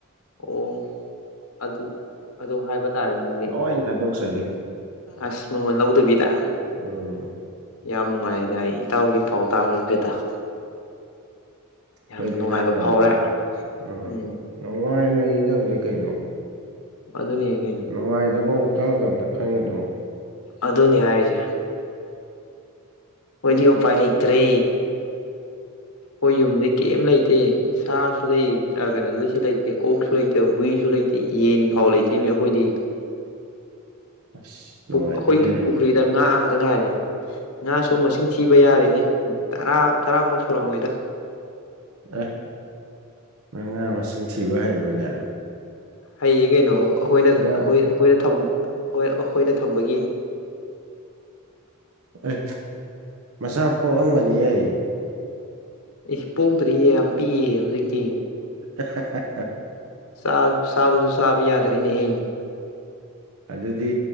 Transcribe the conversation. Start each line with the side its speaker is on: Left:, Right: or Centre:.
Left: ꯑꯣ ꯑꯗꯨ ꯑꯗꯨ ꯍꯥꯏꯕ ꯇꯥꯔꯦꯅꯦ ꯑꯗꯨꯗꯤ
Right: ꯍꯅ ꯊꯥꯗꯣꯛꯆꯒꯦ <inaudible>
Left: ꯑꯁ ꯃꯃꯜ ꯂꯧꯗꯕꯤꯗ
Right: ꯑꯣꯝ
Left: ꯌꯥꯝ ꯅꯨꯡꯉꯥꯏꯗ ꯑꯩ ꯏꯇꯥꯎꯒꯤ ꯄꯥꯎ <inaudible> ꯌꯥꯝ
Right: ꯈꫭꯏꯗꯤ
Left: ꯅꯨꯡꯉꯥꯏꯕ
Right: ꯈꯔ ꯇꯧꯔꯛꯀꯅꯤ
Left: ꯐꯥꯎꯔꯦ
Right: ꯎ
Left: ꯎꯝ
Right: ꯌꯥꯝ ꯋꯥꯏ ꯂꯩꯗꯕꯅꯦ ꯀꯩꯅꯣ
Left: ꯑꯗꯨꯅꯤ ꯀꯩꯅꯣ
Right: ꯅꯨꯡꯉꯥꯏꯇꯕ ꯋꯥꯈꯜꯒ ꯑꯝꯇ ꯈꯟꯒꯗꫪꫭ
Left: ꯑꯗꯨꯅꯤ ꯍꯥꯏꯔꯤꯖꯦ ꯑꯣꯏꯗꯤ ꯎꯄꯥꯏ ꯂꯩꯇ꯭ꯔꯦ ꯑꯩꯈꯣꯏ ꯌꯨꯝꯗꯤ ꯀꯩꯝ ꯂꯩꯇꯦ ꯁꯥꯁꯨ ꯂꯩ ꯀꯩꯅꯣꯗꯨꯗꯤ ꯁꯤ ꯂꯩꯇꯦ ꯑꯣꯛꯁꯨ ꯂꯩꯇꯦ ꯍꯨꯏꯁꯨ ꯂꯩꯇꯦ ꯌꯦꯟ ꯐꯥꯎ ꯂꯩꯇꯦꯅꯦ ꯑꯩꯈꯣꯏꯗꯤ
Right: ꯑꯁ ꯅꯨꯡꯉꯥꯏꯇꯦꯍꯦ
Left: ꯑꯩꯈꯣꯏꯒꯤ ꯄꯨꯈ꯭ꯔꯤꯗ ꯉꯥ ꯈꯛꯇꯪ ꯉꯥꯏꯔꯦ ꯉꯥꯁꯨ ꯃꯁꯤꯡ ꯊꯤꯕ ꯌꯥꯔꯦꯅꯦ ꯇꯔꯥ ꯇꯔꯥꯐꯥꯎ ꯁꯨꯔꯝꯃꯣꯏꯗ
Right: ꯑꯦ ꯅꯪ ꯉꯥ ꯃꯁꯤꯡ ꯊꯤꯕ ꯍꯩꯕꯔꯅꯦ
Left: ꯍꯩꯌꯦ ꯀꯩꯅꯣ ꯑꯩꯈꯣꯏꯅ
Right: ꯉꯥ
Left: ꯈꯣꯏ ꯑꯩꯈꯣꯏꯅ ꯊꯝ ꯍꯣꯏ ꯑꯩꯈꯣꯏꯅ ꯊꯝꯕꯒꯤ
Right: ꯑꯦ ꯃꯆꯥ ꯄꯣꯛꯑꯝꯒꯅꯤꯌꯦ
Left: ꯑꯦ ꯄꯣꯛꯇꯔꯤꯌꯦ ꯌꯥꯝ ꯄꯤꯛꯏꯌꯦ ꯍꯧꯖꯤꯛꯇꯤ
Right: <inaudible>
Left: ꯆꯥꯕ ꯆꯕꯁꯨ ꯆꯥꯕ ꯌꯥꯗꯔꯦꯅꯦꯍꯦ
Right: ꯑꯗꯨꯗꯤ